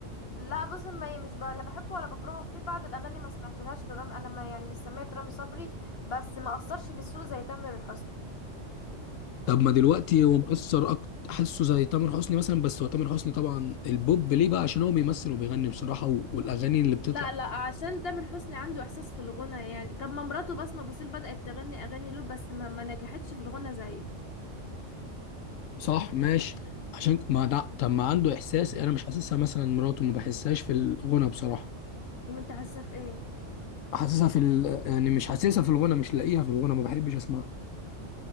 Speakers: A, on the left (about 60°); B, on the left (about 85°).
A: لا بص ما هي مش ب... لا بحبه ولا بكرهه في بعض الاغاني ما سمعتلهاش لرامي انا ما يعني مش سمعت رامي صبري بس ما اثرش في السوق زي تامر حسني
B: طب ما دلوقتي هو مؤثر اكتر حاسه زي تامر حسني مثلا بس هو تامر حسني طبعا البوب ليه بقى عشان هو بيمثل وبيغني بصراحة و- والاغاني اللي بتطلع
A: لا لا عشان تامر حسني عنده احساس في الغنى يعني طب ما مراته بسمة بوسيل بدأت تغني اغاني له بس ما, ما نجحتش في الغنى زيه
B: صح ماشي عشان ك- ما ده طب ما عنده احساس انا مش حاسسها مثلا مراته ما بحسهاش في الغنى بصراحة
A: ما انت حاسه في ايه
B: حاسسها في ال... يعني مش حاسسها في الغنى مش لاقيها في الغنى ما بحبش اسمعها